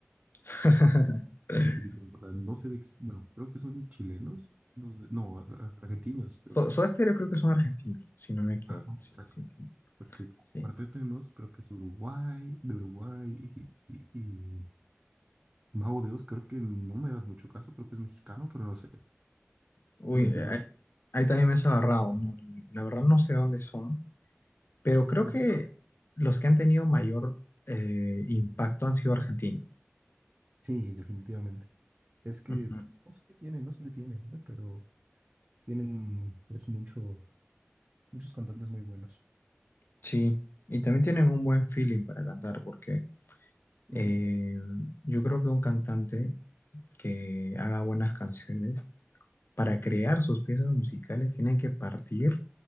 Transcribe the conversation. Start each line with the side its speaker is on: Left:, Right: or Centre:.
Left: <laughs>
Right: definitivamente. O sea, no sé de, ex- bueno, creo que son chilenos, no, sé- no, ar- argentinos, creo.
Left: So- Soda Stereo creo que son argentinos, si no me equivoco,
Right: Ajá,
Left: sí,
Right: exacto.
Left: sí, sí,
Right: Porque
Left: sí.
Right: Cuarteto de Nos creo que es Uruguay, de Uruguay, y, y, y Mago de Oz creo que no me hagas mucho caso, creo que es mexicano, pero no sé.
Left: Uy,
Right: ¿Tienes
Left: eh,
Right: idea
Left: ahí,
Right: tú?
Left: ahí también me has agarrado, ¿no? La verdad no sé dónde son, pero creo
Right: Pero
Left: que
Right: fíjate.
Left: los que han tenido mayor eh, impacto han sido argentinos.
Right: Sí, definitivamente. Es que
Left: Ujú.
Right: p- no sé qué tienen, no sé qué tienen, ¿eh? Pero tienen pues mucho, muchos cantantes muy buenos.
Left: Sí, y también tienen un buen feeling para cantar, porque Eh,
Right: Ujú.
Left: yo creo que un cantante que haga buenas canciones, para crear sus piezas musicales, tiene que partir